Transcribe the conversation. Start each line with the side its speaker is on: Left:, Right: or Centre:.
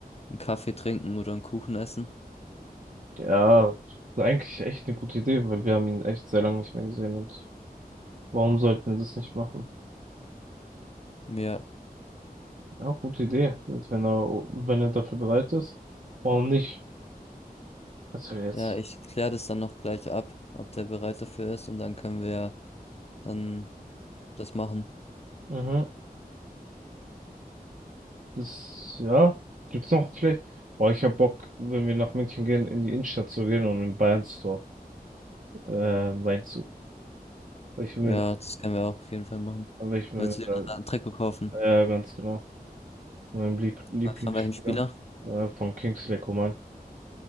Left: einen Kaffee trinken oder einen Kuchen essen.
Right: Ja, eigentlich echt eine gute Idee, weil wir haben ihn echt sehr lange nicht mehr gesehen und warum sollten wir das nicht machen?
Left: Ja.
Right: Ja, gute Idee. Und wenn er, wenn er dafür bereit ist, warum nicht? Also jetzt.
Left: Ja, ich kläre das dann noch gleich ab, ob der bereit dafür ist und dann können wir ja dann das machen.
Right: Mhm. Das, ja. Gibt's noch vielleicht? Boah, ich hab Bock, wenn wir nach München gehen, in die Innenstadt zu gehen und im Bayern Store äh, Wein Weil ich will
Left: Ja,
Right: mir da,
Left: das können wir auch auf jeden Fall machen.
Right: weil ich mir
Left: Willst du dir
Right: äh,
Left: dann einen Trikot kaufen?
Right: ja, ganz genau. Mein Lieb- Lieblingsspieler
Left: Was von welchem Spieler?
Right: äh, von Kingsley Coman.